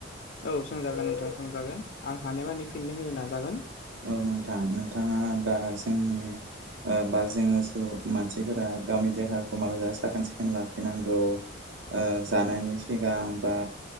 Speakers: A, on the left; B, on the right.
A: औ सोंजागोन नोंथां सोंजागोन आं हानायमानि फिन होनो नाजागोन।
B: औ नोंथां नोंथाङा दा जोंनि ओ बा जोङो सु मानसिफोरा गावनि देहाखौ माबे जा साखोन सिखोन लाखिनांगौ। ओ जानायनि सिगां बा